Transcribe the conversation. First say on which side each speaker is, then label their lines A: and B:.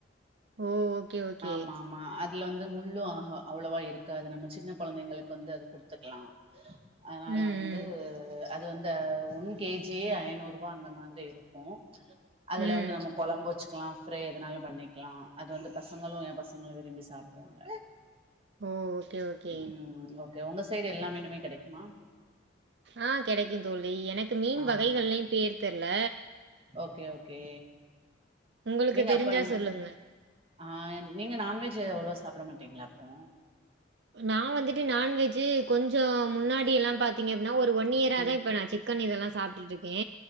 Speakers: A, on the right; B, on the right.
A: ஓ ஓகே ஓகே.
B: ஆமா மா அதுல வந்து முள்ளு ஆக அவ்வளவா இருக்காது நம்ம சின்ன கொழந்தைங்களுக்கு வந்து அது குடுத்துக்லா அனால
A: ம் ம்
B: வந்து அது வந்து அ ஒன் கே ஜியே ஐநூற் ரூபா அந்த மாதிரி இருக்கு அதுல
A: ம்.
B: வந்து நம்ம கொழம்பு வச்சுக்லா ஃப்ரை எதுனாலு பண்ணிக்லா அது வந்து பசங்களு எ பசங் ங்களு விரும்பி சாப்படுவாங்க
A: ஓ ஓகே ஓகே.
B: ம் ஓ ஓகே உங்க சைடு எல்லா மீனுமே கெடைக்குமா
A: ஆ கெடைக்குந் தோழி எனக்கு மீன்
B: ஆ
A: வகைகள்லயு பேர் தெர்ல
B: ஓகே ஓகே
A: உங்களுக்கு
B: நீங்க
A: தெரிஞ்சா
B: அப்ப
A: சொல்லுங்க.
B: ஆ நீங்க நான்வெஜ் அவ்ளவா சாப்ட மாட்டீங்களா அப்போ
A: நா வந்துட்டு நான்வெஜ்ஜூ கொஞ்சோ முன்னாடி எல்லா பாத்தீங்க அப்டின்னா ஒரு ஒன் இயரா
B: ம்
A: தா இப்ப நா சிக் சிக்கன் இதெல்லா சாப்ட்டுட்டு இருக்கே